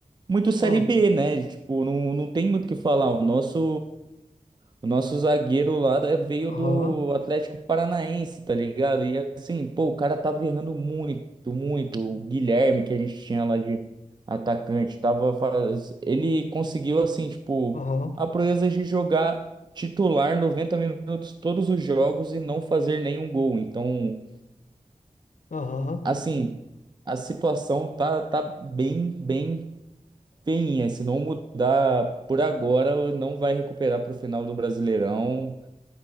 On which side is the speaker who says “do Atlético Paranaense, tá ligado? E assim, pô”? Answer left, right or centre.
Right